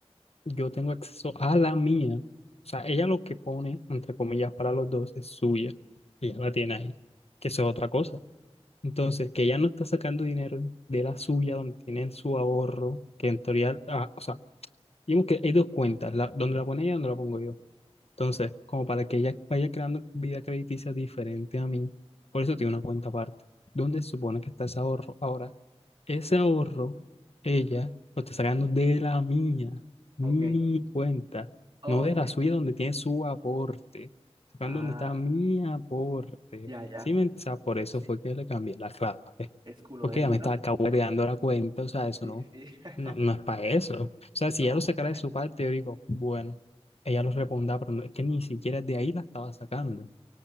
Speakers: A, on the left; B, on the right.
A: yo tengo acceso a la mía. O sea, ella lo que pone, entre comillas, para los dos es suya. Ella la tiene ahí, que eso es otra cosa. Entonces, que ella no está sacando dinero de la suya, donde tiene su ahorro, que en teoría, ah, o sea, digamos que hay dos cuentas, la, donde la pone ella y donde la pongo yo. Entonces, como para que ella vaya creando vida crediticia diferente a mí, por eso tiene una cuenta aparte. ¿Dónde se supone que está ese ahorro? Ahora, ese ahorro, ella lo está sacando de la mía, mi
B: Ok,
A: cuenta,
B: Ok.
A: no de la suya donde tiene su aporte, sacando
B: Ah,
A: donde está mi aporte.
B: ya, ya.
A: Sí, me- o sea, por eso
B: Sí,
A: fue que le cambié la clave.
B: es culo
A: Porque
B: de viva.
A: ya me está dando la cuenta, o sea, eso
B: Sí,
A: no,
B: sí. <laughs>
A: no, no es para eso. O sea, si
B: No,
A: ella lo sacara
B: obviamente.
A: de su parte, yo digo, bueno, ella lo responda, pero no, es que ni siquiera de ahí la estaba sacando.